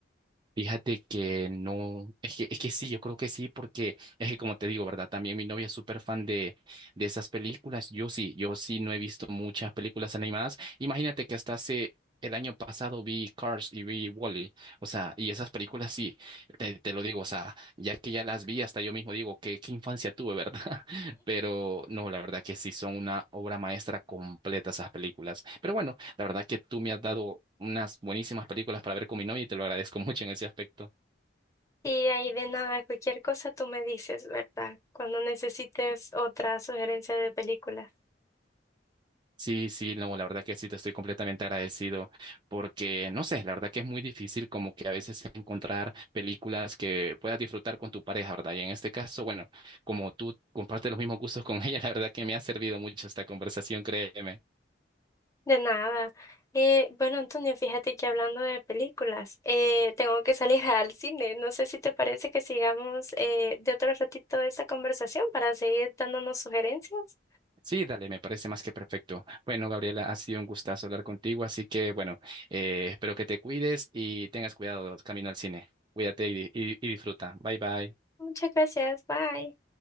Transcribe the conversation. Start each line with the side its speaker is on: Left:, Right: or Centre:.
Right: Fíjate que no, es que, es que sí, yo creo que sí, porque es que como te digo, ¿verdad? También mi novia es súper fan de, de esas películas. Yo sí, yo sí no he visto muchas películas animadas. Imagínate que hasta hace el año pasado vi Cars y vi Wall-E. O sea, y esas películas sí, te, te lo digo, o sea, ya que ya las vi, hasta yo mismo digo, qué, qué infancia tuve, ¿verdad? <laughs> Pero no, la verdad que sí, son una obra maestra completa esas películas. Pero bueno. La verdad que tú me has dado unas buenísimas películas para ver con mi novia y te lo agradezco <laughs> mucho en ese aspecto.
Left: Y ahí de nada, cualquier cosa tú me dices, ¿verdad? Cuando necesites otra sugerencia de películas.
Right: Sí, sí, no, la verdad que sí, te estoy completamente agradecido porque, no sé, la verdad que es muy difícil como que a veces encontrar películas que puedas disfrutar con tu pareja, ¿verdad? Y en este caso, bueno, como tú compartes los mismos gustos con ella, <laughs> la verdad que me ha servido mucho esta conversación, créeme.
Left: De nada. Eh, bueno, Antonio, fíjate que hablando de películas, eh, tengo que salir <laughs> al cine. No sé si te parece que sigamos eh, de otro ratito esta conversación para seguir dándonos sugerencias.
Right: Sí, dale, me parece más que perfecto. Bueno, Gabriela, ha sido un gustazo hablar contigo, así que bueno, eh, espero que te cuides y tengas cuidado camino al cine. Cuídate y, y y disfruta. Bye bye.
Left: Muchas gracias. Bye.